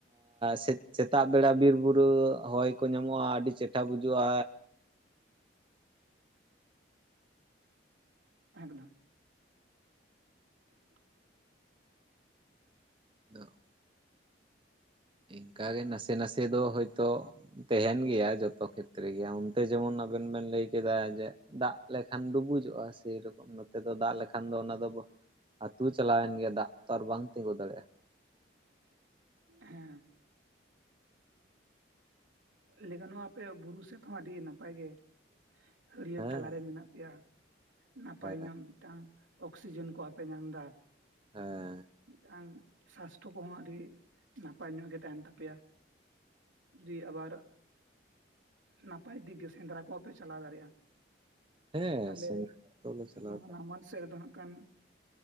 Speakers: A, on the right; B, on the right.
A: ᱦᱮᱸ ᱥᱮᱛᱟᱜ ᱵᱮᱲᱟ ᱵᱤᱨ ᱵᱩᱨᱩ ᱦᱚᱭ ᱠᱚ ᱧᱟᱢᱚᱜᱼᱟ ᱟᱹᱰᱤ ᱪᱮᱴᱷᱟ ᱵᱩᱡᱩᱜᱼᱟ
B: ᱦᱮᱠᱫᱟ <inaudible> <inaudible>
A: <unintelligible> ᱤᱱᱠᱟ ᱜᱮ ᱱᱟᱥᱮ ᱱᱟᱥᱮ ᱫᱚ ᱦᱳᱭ ᱛᱚ ᱛᱟᱦᱮᱸᱱ ᱜᱮᱭᱟ ᱡᱚᱛᱚ ᱠᱷᱮᱛᱨᱮ ᱜᱮ ᱚᱱᱛᱮ ᱡᱮᱢᱚᱱ ᱟᱵᱮᱱ ᱵᱮᱱ ᱞᱟᱹᱭ ᱠᱮᱫᱟ ᱡᱮ ᱫᱟᱜ ᱞᱮᱠᱷᱟᱱ ᱰᱩᱵᱩᱡᱚᱜᱼᱟ ᱥᱮᱨᱚᱠᱚᱢ ᱱᱚᱛᱮ ᱫᱚ ᱫᱟᱜ ᱞᱮᱠᱷᱟᱱ ᱫᱚ ᱚᱱᱟ ᱫᱚ ᱟᱹᱛᱩ ᱪᱟᱞᱟᱣᱮᱱ ᱜᱮᱭᱟ ᱫᱟᱜ ᱛᱚ ᱟᱨ ᱵᱟᱝ ᱛᱤᱸᱜᱩ ᱫᱟᱲᱮᱭᱟᱜᱼᱟ
B: ᱦᱮᱸ ᱞᱟᱹᱭ ᱜᱟᱱᱚᱜᱼᱟ ᱟᱯᱮ ᱵᱩᱨᱩ ᱥᱮᱫ ᱦᱚᱸ ᱟᱹᱰᱤ ᱱᱟᱯᱟᱭ ᱜᱮ ᱦᱟᱹᱨᱭᱟᱹᱲ
A: ᱦᱮᱸ
B: ᱛᱟᱞᱟᱨᱮ ᱢᱮᱱᱟᱜ ᱯᱮᱭᱟ ᱱᱟᱯᱟᱭ
A: ᱦᱮᱸ
B: ᱧᱚᱜ ᱢᱤᱫ ᱴᱟᱝ ᱚᱠᱥᱤᱡᱮᱱ ᱠᱚᱦᱚᱸ ᱯᱮ ᱧᱟᱢᱫᱟ
A: ᱦᱮᱸ
B: ᱢᱤᱫᱴᱟᱝ ᱥᱟᱥᱛᱷᱚ ᱠᱚ ᱦᱚᱸ ᱟᱹᱰᱤ ᱱᱟᱯᱟᱭ ᱧᱚᱜ ᱜᱮ ᱛᱟᱦᱮᱱ ᱛᱟᱯᱮᱭᱟ ᱫᱤ ᱟᱵᱟᱨ ᱱᱟᱯᱟᱭ ᱫᱤᱠᱜᱮ ᱥᱮᱸᱫᱽᱨᱟ ᱠᱚᱵᱽ ᱯᱮ ᱪᱟᱞᱟᱣ ᱫᱟᱲᱮᱭᱟᱜ-ᱟ
A: ᱦᱮᱸ
B: ᱟᱞᱮ
A: ᱥᱮᱸᱫᱽᱨᱟ ᱫᱚᱞᱮ ᱪᱟᱞᱟᱣ
B: ᱱᱚᱦᱱᱟ
A: ᱛᱟᱦᱮᱸ
B: ᱢᱟᱴ ᱥᱮᱫ ᱨᱮ ᱫᱚ ᱦᱟᱸᱜ ᱠᱷᱟᱱ